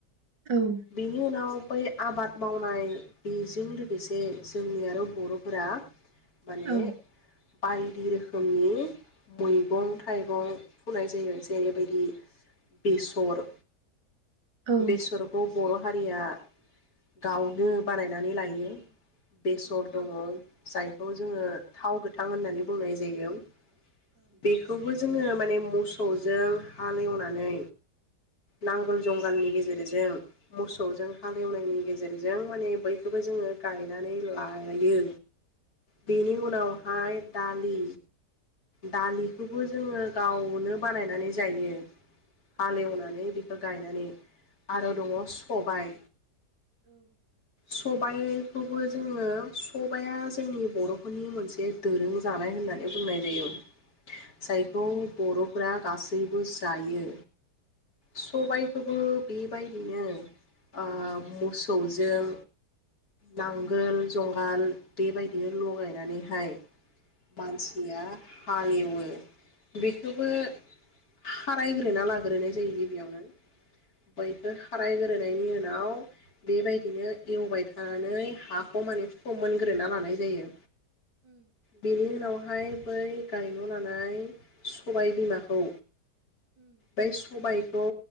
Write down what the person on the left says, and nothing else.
बिनि उनाव बै आबाद मावनाय बेजों लोगोसे जोंनि आरो बर'फोरा माने
बायदिरोखो रोखोमनि मैगं थाइगं फुनाय जायो जेरैबायदि बेसर
बेसरखौ बर' फारिया गावनो बानायनानै लायो। बेसर दङ साइड बेखौ जोङो थाव गोथां होननानै बुंनाय जायो। जोम <unintelligible> बेखौबो जोङो। माने मोसौजों हालेवनानै, नांगोल जुंगालनि गेजेरजों, मोसौजों हालेवनायनि गेजेरजों, माने बैखौबो जोङो गायनानै लायो। बेनि उनावहाय। दालि दालिखौबो जोङो गावनो बानायनानै जायो। हालेवनानै बेखौ गायनानै। आरो दङ सबाय। सबाइ खौबो जोङो सबाया जोंनि बर'फोरनि मोनसे दोरों जानाय होननानै बुंबाय जायो ओम। जायखौ बर'फ्रा गासैबो जायो सबायखोबो बेबायदिनो ओ मसौजों नांगोल जुंगाल बेबायदिनो लगायनानैहाय मानसिया हालेवो बेखोबो खारायग्रोना लाग्रोनाय जायो गिबियावनो। बैखो खाराय ग्रोनायनि उनाव नाव बेबायदिनो एवबाय थानानै हाखौ माने फोमोनग्रोना लानाय जायो। बिनि ओमफाय बै गायल'नानै सबाय बिमाखौ बै सबायखौ